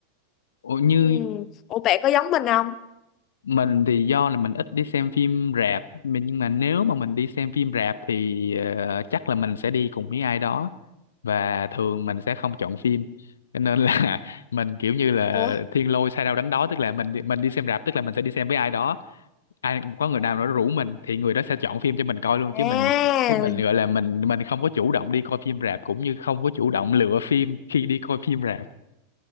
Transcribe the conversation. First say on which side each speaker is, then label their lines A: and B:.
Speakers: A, on the left (about 65°); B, on the left (about 35°).
A: Ủa, như
B: ừ. ủa bạn có giống mình không
A: mình thì do là mình ít đi xem phim rạp mình- nhưng mà nếu mà mình đi xem phim rạp thì ờ, chắc là mình sẽ đi cùng với ai đó và thường mình sẽ không chọn phim cho nên là <laughs> mình kiểu như là
B: ủa
A: thiên lôi sai đâu đánh đó tức là mình đi- mình đi xem rạp tức là mình sẽ đi xem với ai đó ai có người nào đó rủ mình thì người đó sẽ chọn phim cho mình coi luôn
B: à
A: chứ mình chứ mình gọi là mình mình không có chủ động đi coi phim rạp cũng như không có chủ động lựa phim khi đi coi phim rạp